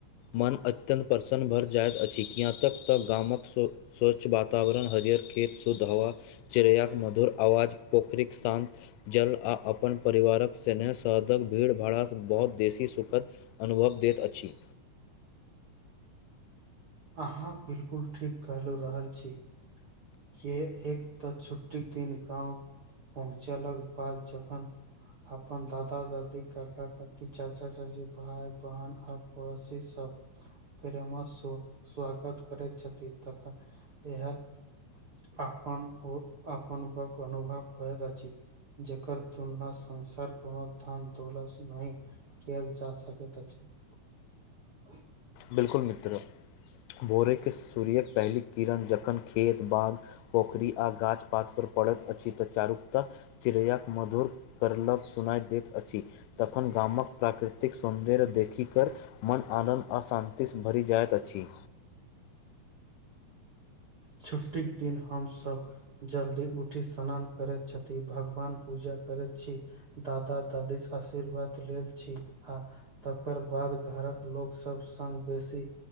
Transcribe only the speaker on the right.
अहाँ बिल्कुल ठीक कहलु रहल छी के एक तऽ छुट्टी दिन गाँव पहुँचेलक बाद जखन अपन दादा दादी काका काकी चाचा चाची भाय बहन आ पड़ोसी सब प्रेमा सो स्वागत करै छथि तखन इहे अपन ओत अपनक अनुभव होइत अछि। जकर तुना संसार कोनो धान दौलत स नही केलय जा सकैत अछी <unintelligible>
छुट्टी दिन हम सभ जल्दी उठी स्नान करै छथि भगवान पूजा करै छी दादा दादी स आशीर्वाद लेल छी आ तकर बाद घर कऽ लोकसभ संग बेसी